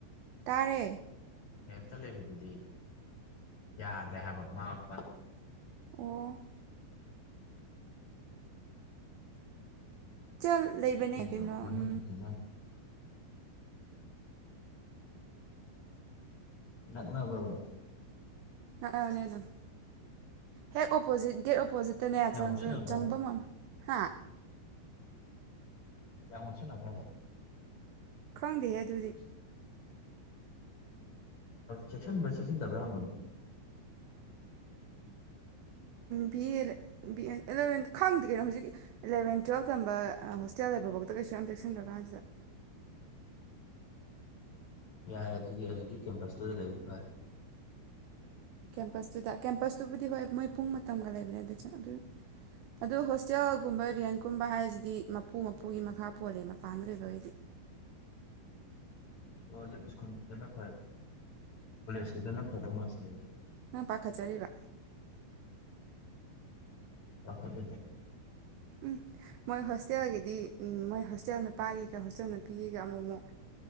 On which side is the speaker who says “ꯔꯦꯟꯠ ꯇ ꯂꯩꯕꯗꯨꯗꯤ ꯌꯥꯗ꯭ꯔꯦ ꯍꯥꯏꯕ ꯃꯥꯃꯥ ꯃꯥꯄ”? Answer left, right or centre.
Left